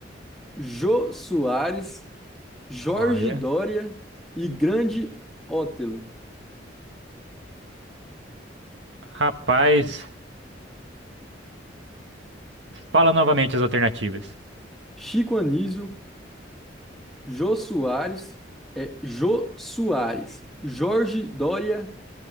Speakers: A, in the centre; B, on the right.
A: Jô Soares, Jorge
B: Olha.
A: Dória e Grande Otelo.
B: Rapaz, fala novamente as alternativas.
A: Chico Anísio, Jô Soares, é Jô Soares, Jorge Dória